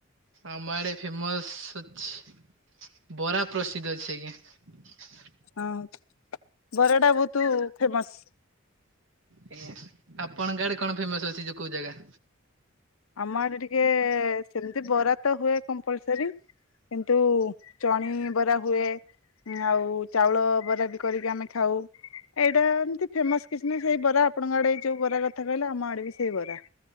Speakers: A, on the right; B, on the left.
A: ଆମଡ ଫେମସ ଅଛି ବରା ପ୍ରସିଦ୍ଧ ଅଛି ଆଜ୍ଞା।
B: ଅଁ ବରାଟା ବହୁତ ଫେମସ।
A: ଫେମୋସ, ଆପଣଙ୍କ ଆଡେ କଣ ଫେମସ ଅଛି ଯୋଉ କୋଉ ଜାଗା?
B: ଆମ ଆଡେ ଟିକେ ସେମତି ବରା ଟା ହୁଏ କମ୍ପଲସର କିନ୍ତୁ ଚଣିବରା ହୁଏ, ଉମ ଆଉ ଚାଉଳ ବରା ବି କରିକି ଆମେ ଖାଉ। ଏଇଟା ଏମିତି ଫେମସ କିଛି ନାହିଁ ସେଇ ବରା ଆପଣଙ୍କ ଆଡେ ଯୋଉ ବରା କଥା କହିଲେ ଆମ ଆଡେ ବି ସେଇ ବରା।